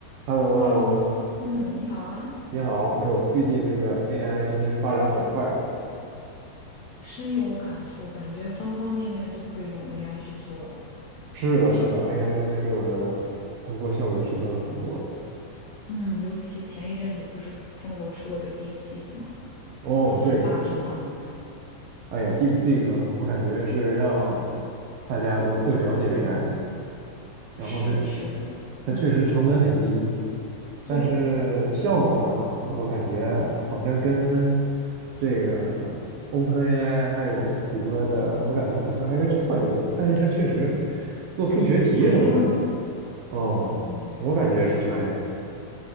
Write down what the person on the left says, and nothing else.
Hello，
嗯，你好啊，
深有感触，感觉方方面面都可以用 AI 去做了。
嗯，尤其前一阵子不是中国出了个 DeepSeek 吗？
出现大震荡。
是的，是的，
嗯，对，
差一点吗？
哦，